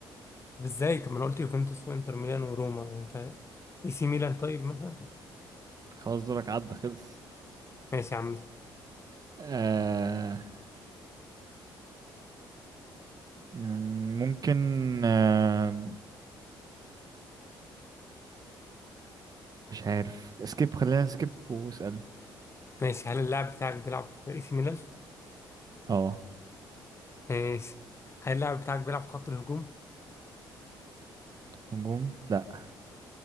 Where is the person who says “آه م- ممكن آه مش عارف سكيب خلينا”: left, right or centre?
Right